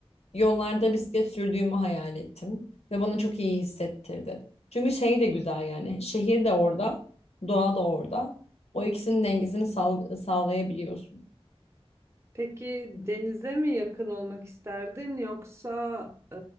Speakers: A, on the left; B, on the right.
A: Yollarda bisiklet sürdüğümü hayal ettim ve bana çok iyi hissettirdi. Çünkü şey de güzel yani şehir de orada, doğa da orada. O ikisinin dengesini sağ- sağlayabiliyorsun.
B: Peki denize mi yakın olmak isterdin yoksa e,